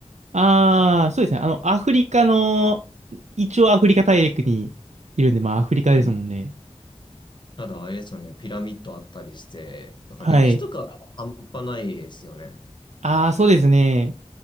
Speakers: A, on the right; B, on the left.
A: ああ、そうですね。あの、アフリカの、一応アフリカ大陸にいるんで、まあアフリカですもんね。
B: うんただあれですよね、ピラミッドあったりして、なんか歴史とか半端ないですよね。
A: はい。ああ、そうですね。